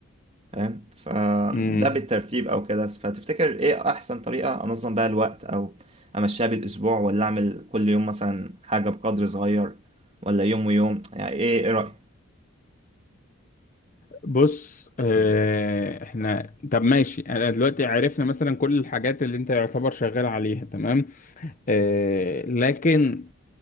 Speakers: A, on the right; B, on the left.
A: فاهم فده
B: امم
A: بالترتيب أو كده فتفتكر إيه أحسن طريقة أنظم بيها الوقت أو أمشيها بالأسبوع ولا أعمل كل يوم مثلا حاجة بقدر صغير ولا يوم ويوم يعني إيه إيه رأيك؟
B: بص آه، احنا طب ماشي انا دلوقتي عرفنا مثلا كل الحاجات اللي انت يعتبر شغال عليها تمام آه، لكن